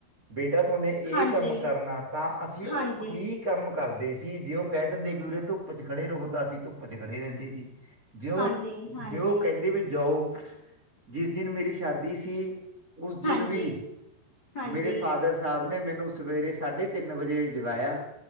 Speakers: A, on the right; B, on the left.
A: ਬੇਟਾ ਤੁਹਾਨੇ ਇਹ
B: ਹਾਂਜੀ
A: ਕੰਮ ਕਰਨਾ, ਤਾਂ ਅਸੀਂ ਉਹੀ
B: ਹਾਂਜੀ
A: ਕੰਮ ਕਰਦੇ ਸੀ, ਜੇ ਉਹ ਕਹਿ ਦਿੰਦੇ ਵੀ ਉਰੇ ਧੁੱਪ ਚ ਖੜੇ ਰਹੋ, ਤਾਂ ਅਸੀਂ ਧੁੱਪ ਚ ਖੜੇ ਰਹਿੰਦੇ ਸੀ। ਜਿਉਂ
B: ਹਾਂਜੀ ਹਾਂਜੀ
A: ਜਿਉਂ ਕਹਿੰਦੇ ਵੀ ਜਾਓ, ਜਿਸ ਦਿਨ ਮੇਰੀ ਸ਼ਾਦੀ ਸੀ। ਉਸ
B: ਹਾਂਜੀ
A: ਦਿਨ ਵੀ
B: ਹਾਂਜੀ
A: ਮੇਰੇ ਫਾਦਰ ਸਾਬ ਨੇ ਮੈਨੂੰ ਸਵੇਰੇ ਸਾਢੇ ਤਿੰਨ ਵਜੇ ਜਗਾਇਆ,